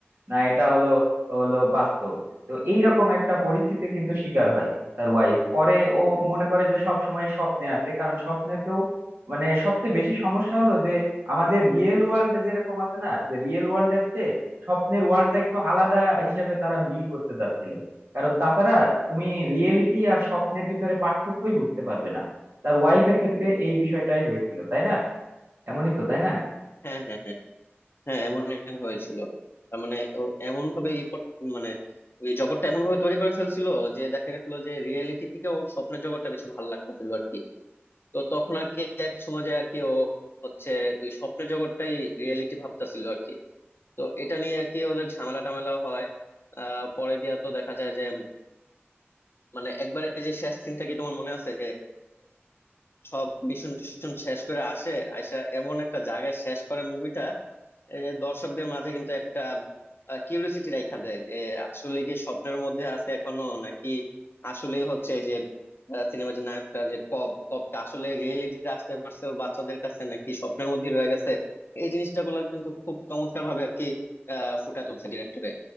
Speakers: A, on the right; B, on the left.
A: না এটা হলো হলো বাস্তব তো এইরকম একটা পরিস্থিতির কিন্তু শিকার হয় তার ওয়াইফ পরে ও মনে করে যে সব সময় স্বপ্নে আছে কারণ স্বপ্নেতেও মানে সবচেয়ে বেশি সমস্যা হলো যে আমাদের রিয়েল ওয়ার্ল্ড যেরকম আছে না যে রিয়েল ওয়ার্ল্ডের চেয়ে স্বপ্নের ওয়ার্ল্ডটা একটু আলাদা হিসেবে তারা বিল্ড করতে চাচ্ছিল কারণ তাছাড়া তুমি রিয়েলিটি আর স্বপ্নের ভিতরে পার্থক্যই বুঝতে পারবে না তার ওয়াইফের ক্ষেত্রে এই বিষয়টাই হয়েছিল তাই না এমনই তো তাই না
B: হ্যাঁ হ্যাঁ হ্যাঁ হ্যাঁ এমনই হয়েছিল তার মানে এমন ভাবে ই কর- মানে ওই জগৎটা এমন ভাবে তৈরি করে ফেলছিল যে দেখা গেছিল যে রিয়েলিটি থেকে ওর স্বপ্নের জগৎটা বেশি ভালো লাগতেছিল আর কি তো তখন আর কি এক সময় যায় আর কি ও হচ্ছে ওই স্বপ্নের জগৎটাই রিয়েলিটি ভাবতেছিল আর কি তো এটা নিয়ে আর কি ওদের ঝামেলা টামেলা হয় আহ পরে দিয়া তো দেখা যায় যে উম, মানে একবারে যে শেষ সিনটা কি তোমার মনে আছে যে সব মিশন টিশন শেষ করে আসে আইসা এমন একটা জায়গায় শেষ করে মুভিটা যে দর্শকদের মাঝে কিন্তু একটা কিউরিওসিটি রাইখা দেয় যে আসলে কি স্বপ্নের মধ্যে আছে এখনো নাকি আসলে হচ্ছে যে সিনেমা যে নায়কটা যে কপ কপটা আসলে রিয়েলিটিতে আসতে পারছে ওর বাচ্চাদের কাছে নাকি স্বপ্নের মধ্যে রয়ে গেছে এই জিনিসটা গুলো কিন্তু খুব চমৎকার ভাবে আর কি আহ ফুটা তুলছে ডিরেক্টরে